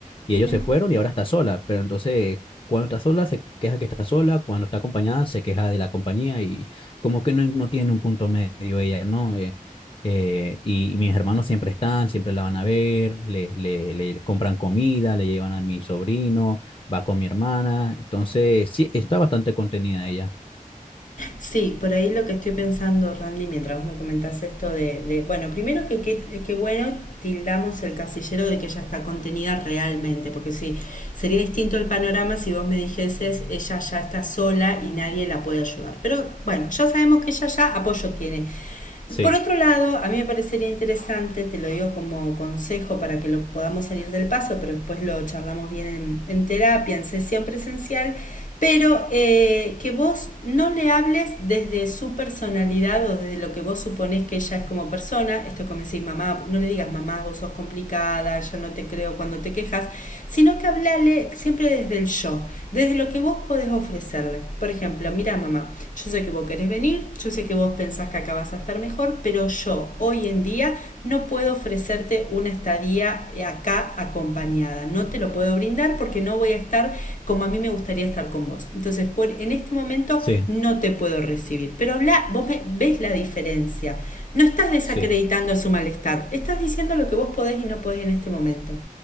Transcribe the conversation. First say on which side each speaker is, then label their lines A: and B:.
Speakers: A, on the left; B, on the left.
A: y
B: ujú.
A: ellos se fueron y ahora está sola, pero entonces cuando está sola se queja que está sola, cuando está acompañada se queja de la compañía y como que no, no tiene un punto medio ella, ¿no? Eh, eh, y, y mis hermanos siempre están, siempre la van a ver, le, le, le compran comida, le llevan a mi sobrino, va con mi hermana, entonces sí, está bastante contenida ella.
B: Sí, por ahí lo que estoy pensando, Randy, mientras vos me comentás esto de, de- bueno, primero que que que bueno, tildamos el casillero de que ella está contenida realmente, porque sí, sería distinto el panorama si vos me dijeses, ella ya está sola y nadie la puede ayudar. Pero bueno, ya sabemos que ella ya apoyo tiene.
A: Sí,
B: Por otro lado, a mí me parecería interesante, te lo digo como consejo para que lo podamos salir del paso, pero después lo charlamos bien en, en terapia, en sesión presencial, pero eh, que vos no le hables desde su personalidad o desde lo que vos suponés que ella es como persona, esto es como decís, mamá, no le digas, mamá, vos sos complicada, ya no te creo cuando te quejas, sino que hablale siempre desde el yo, desde lo que vos podés ofrecerle. Por ejemplo, mira mamá, yo sé que vos querés venir, yo sé que vos pensás que acá vas a estar mejor, pero yo hoy en día no puedo ofrecerte una estadía acá acompañada, no te lo puedo brindar porque no voy a estar como a mí me gustaría estar con vos. Entonces, por, en este momento
A: sí,
B: no te puedo recibir, pero habla, vos ves la diferencia, no estás desacreditando
A: sí.
B: su malestar, estás diciendo lo que vos podés y no podés en este momento.